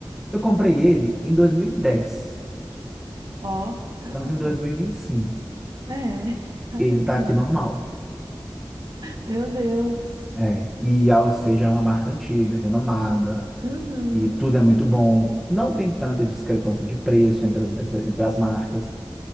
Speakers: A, in the centre; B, on the right.
A: Eu comprei ele em 2010.
B: Ó, caramba.
A: Estamos em 2025.
B: É, <laughs>
A: Ele está
B: caramba.
A: aqui normal.
B: Meu Deus.
A: É, e a AOC já é uma marca antiga, renomada,
B: Uhum.
A: e tudo é muito bom. Não tem tanta discrepância de preço entre as, entre as marcas.